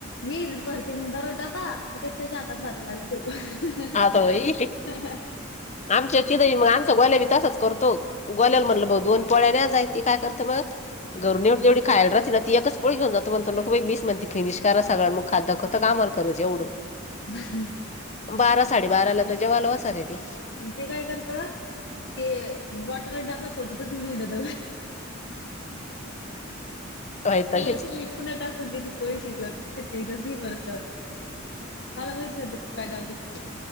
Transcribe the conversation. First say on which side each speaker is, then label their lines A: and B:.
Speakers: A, on the left; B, on the left.
A: मी भरते दररोज डबा तेच त्याच्या हातन भराय लागल्यात.
B: असं होई
A: <inaudible>
B: आमच्या चि मग आमचा गोल्या बी तसाच करतो. गोल्याला म्हटलं भाऊ दोन पोळ्या न्या जाय त काय करतं मग घर ए जेवढी. खायला ती एकच पोळी घेऊन जातो म्हणतो मीच म्हणते फिनिश करा सगळं मग खात दाखवतो कामाल कराल जेवढं.
A: ह <unintelligible>
B: बारा साडेबाराला त जेवला बसाते ती.
A: ते काय करत ते बॉटल आणि डब्बा सोबतच घेऊन हिंडत.
B: वैतागच
A: तुला
B: ये.
A: ते इकून टाकून देतील. कोळी शिरल ठेतच नाही भरोशावर मला माहिती हो तू काय डावती देती मला.